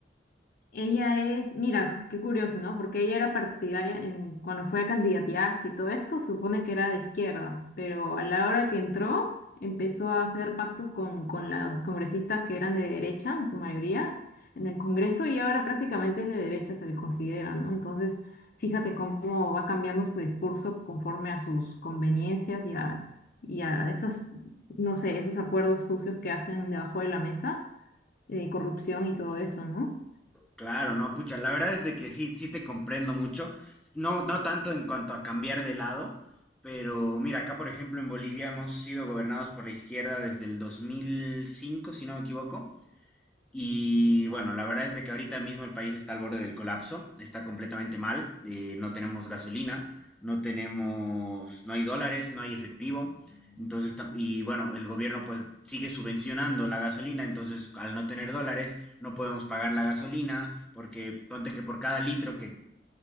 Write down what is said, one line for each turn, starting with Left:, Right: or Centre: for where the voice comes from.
Left: Ella es, mira, qué curioso, ¿no? Porque ella era partidaria en, cuando fue a candidatearse y todo esto, supone que era de izquierda, pero a la hora que entró, empezó a hacer pactos con, con los congresistas que eran de derecha, en su mayoría, en el Congreso, y ahora prácticamente es de derecha, se le considera, ¿no? Entonces, fíjate cómo va cambiando su discurso conforme a sus conveniencias y a, y a esas, no sé, esos acuerdos sucios que hacen debajo de la mesa, de corrupción y todo eso, ¿no?
Centre: Claro, no, pucha, la verdad es de que sí, sí te comprendo mucho. No, no tanto en cuanto a cambiar de lado, pero mira, acá por ejemplo en Bolivia hemos sido gobernados por la izquierda desde el 2005, si no me equivoco. Y bueno, la verdad es de que ahorita mismo el país está al borde del colapso, está completamente mal, eh, no tenemos gasolina, no tenemos, no hay dólares, no hay efectivo. Entonces, tam- y bueno, el gobierno pues sigue subvencionando la gasolina, entonces al no tener dólares no podemos pagar la gasolina, porque ponte que por cada litro que